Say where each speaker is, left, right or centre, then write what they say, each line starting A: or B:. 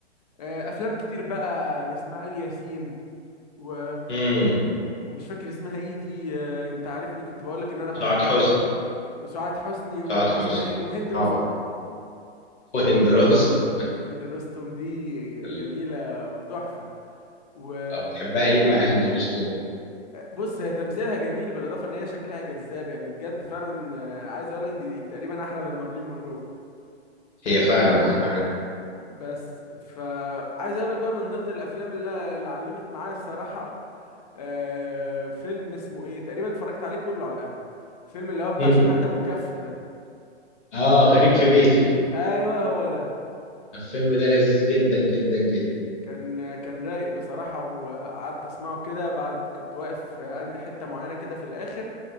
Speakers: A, on the left; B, on the left.
A: آه، افلام كتير بقى لاسماعيل ياسين و
B: امم
A: ومش فاكر اسمها ايه دي آه، انت عارفني كنت بقول لك ان انا بحبها
B: سعاد حسني
A: وسعاد حسني واسمها
B: سعاد حسني
A: ايه وهند رستم
B: طبعا وهند رستم
A: هند رستم دي
B: ال-
A: جميلة وتحفة و
B: آه، بتحبها ليه بقى هند رستم
A: بص هي تمثيلها جميل بالإضافة إن هي شكلها جذاب يعني بجد فعلا آه، عايز أقول لك دي تقريبا أحلى من مارلين مونرو
B: هي فعلا احلى منها
A: بس فعايز أقول لك بقى من ضمن الأفلام اللي, اللي علمت معايا الصراحة آه، فيلم اسمه إيه تقريبا اتفرجت عليه كله على القهوة فيلم اللي هو بتاع
B: مم.
A: شحاتة أبو كف ده
B: اه غريب في بيتي
A: أيوه هو ده
B: الفيلم ده لذيذ جدا جدا جدا
A: كان كان رايق بصراحة وقعدت أسمعه كده بعد كنت واقف عند حتة معينة كده في الآخر